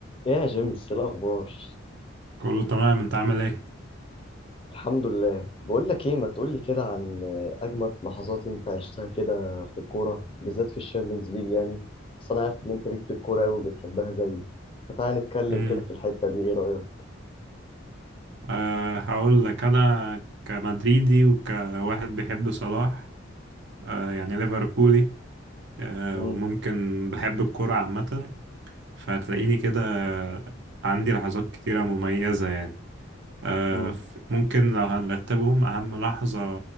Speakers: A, on the left; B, on the right.
A: يا جيمس إيه الاخبار
B: كله تمام انت عامل ايه
A: الحمد لله بقول لك ايه ما تقول لي كده عن اجمد لحظات انت عشتها كده في الكوره بالذات في الشامبيونز ليج يعني بس انا عارف ان انت ليك في الكوره قوي وبتحبها زيي فتعالى نتكلم
B: امم
A: كده في الحته دي ايه رايك
B: أه هقول لك انا كمدريدي وكواحد بيحب صلاح أه يعني ليفربولي أه
A: امم
B: وممكن بحب الكرة عامة فهتلاقيني كده عندي لحظات كتيرة مميزة يعني أه
A: امم
B: ف- ممكن لو هنرتبهم اهم لحظة